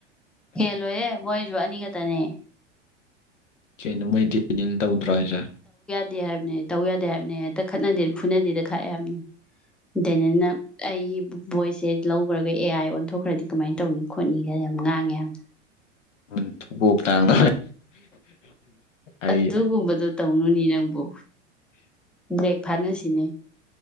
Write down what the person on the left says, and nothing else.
ꯀꯩꯅꯣ ꯃꯣꯏ ꯗꯦꯅꯦꯜ ꯇꯧꯗ꯭ꯔꯣ ꯍꯥꯏꯖꯦ
ꯎꯟ ꯊꯨꯒꯣꯛꯇꯥꯡꯗꯣ ꯑꯩ